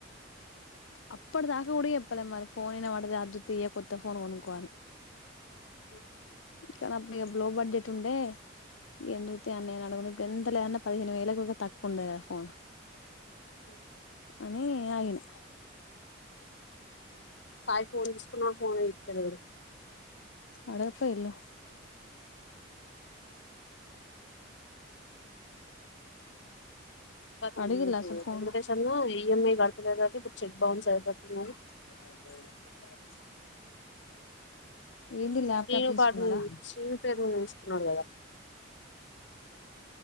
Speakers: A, on the left; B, on the left.
A: అప్పుడు దాక కూడ చేప్పలే మరి ఫోన్ ఇనవడదే మరి అద్జుతే కొత్త ఫోన్ కొనుక్కో అని
B: ఓ
A: కానీ అప్పుడు ఇక లోబడ్జెట్ ఉండే ఎందుకుతే అని నేనుఅడగలే ఇప్పుడు ఎంతలే దన్న పదిహేను వేలకుకి తక్కు ఉండది కదా ఫోన్
B: అ
A: అని ఆగిన
B: సాయి ఫోన్ తీసుకున్నాడు ఫోనే ఇత్తలేడు
A: అడగ పెయిళ్లు
B: కతం
A: అడిగిళ్ల
B: ఇటు
A: అసలు ఫోన్
B: వెంకటేష్ అన్న ఈఎంఐ కడ్తలేదటా ఇప్పుడు చెక్ బౌన్స్ అయ్యేటట్ ఉన్నది
A: అయి ఏంది ల్యాప్టాప్
B: శ్రీనుపాటిని
A: తీసుకున్నాడా
B: శ్రీని పేరు మీద తీసుకున్నాడు కదా